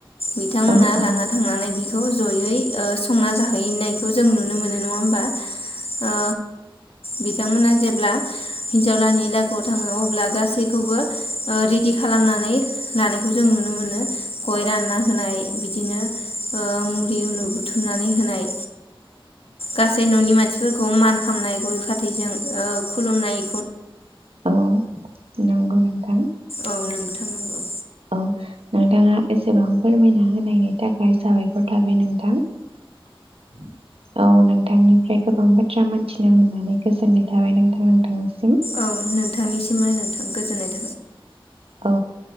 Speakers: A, on the left; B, on the right.
A: बिथांमोना
B: औ
A: लाना थांनानै बि ज ' जयै संना जाहैनायखौ जों नुनो मोनो नङा होमबा ओ बिथांमोना जे ब्ला हिनजावलानि लागोआव थाङो अब्ला गासै गबो ओ रेडि खालामनानै लानायखौ जों नुनो मोनो गय रानना होनाय बिदिनो ओ मुरि उनु बुथुमनानै होनाय गासै न'नि मानसिफोरखौ मान खालामामनाय गय जों ओ खुलुमनाय
B: औ नंगौ नोंथां
A: औ नोंथां नंगौ
B: औ नोंथाङा एसेबां फोरमायना होनायनि थाखाय साबायखर थाबाय नोंथां औ नों नोंथांनिफ्राय गोबां बाथ्रा मोनथिनो मोननानै गोजोननाय थाबाय नोंथां नोंथांनिसिम
A: औ नोंथांनिसिम नोंथां गोजोननाय थ
B: औ